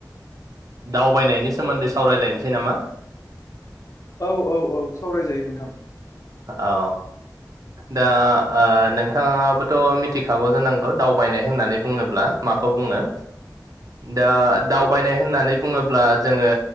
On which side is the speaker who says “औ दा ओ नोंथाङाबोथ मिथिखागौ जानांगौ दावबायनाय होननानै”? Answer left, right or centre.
Right